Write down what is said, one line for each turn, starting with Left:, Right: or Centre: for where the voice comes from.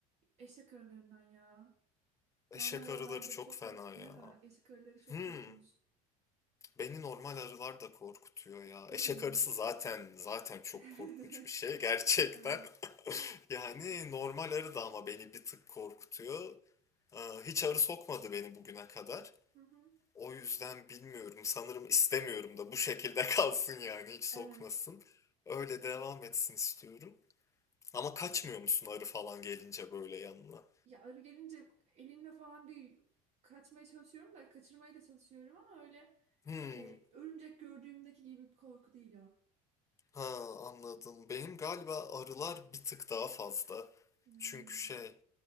Right: Eşek arılarından ya.
Left: Eşek
Right: Normal arılar
Left: arıları
Right: da
Left: çok
Right: çok
Left: fena
Right: korkutmuyor
Left: ya.
Right: da eşek arıları çok
Left: Hmm,
Right: korkunç.
Left: beni normal arılar da korkutuyor ya.
Right: Hmm.
Left: Eşek arısı zaten zaten çok
Right: <laughs>
Left: korkunç bir şey gerçekten.
Right: Evet.
Left: <laughs> Yani normal arı da ama beni bir tık korkutuyor. Aa, Hiç arı sokmadı beni bugüne kadar.
Right: Hı hı.
Left: O yüzden bilmiyorum. Sanırım istemiyorum da bu şekilde <laughs> kalsın yani hiç sokmasın.
Right: Evet.
Left: Öyle devam etsin istiyorum. Ama kaçmıyor musun arı falan gelince böyle yanına?
Right: Ya arı gelince elimle falan bir kaçmaya çalışıyorum da kaçırmaya da çalışıyorum ama öyle
Left: Hmm,
Right: e, örümcek gördüğümdeki gibi bir korku değil o.
Left: ha anladım. Benim galiba arılar bir tık daha fazla.
Right: Hmm.
Left: Çünkü şey,